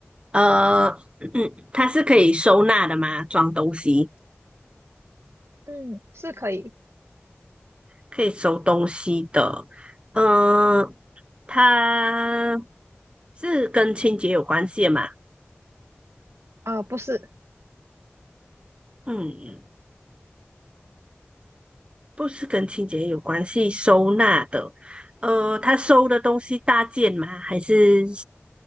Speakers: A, on the right; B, on the right.
A: 呃，<clears throat> 它是可以收纳的吗？装东西。
B: 嗯，是可以，
A: 可以收东西的，嗯，呃它是跟清洁有关系的嘛？
B: 呃，不是，
A: 嗯，不是跟清洁有关系，收纳的，呃，他收的东西大件吗？还是